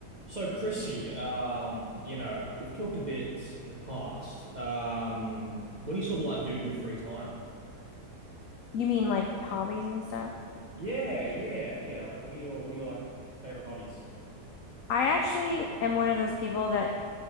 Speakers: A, on the right; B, on the left.
A: So Chrissy, um, you know, we've talked a bit in the past. Um, what do you sort of like do in your free time?
B: You mean like hobbies and stuff?
A: Yeah, yeah, yeah. Like, what are your what are your like favorite hobbies?
B: I actually am one of those people that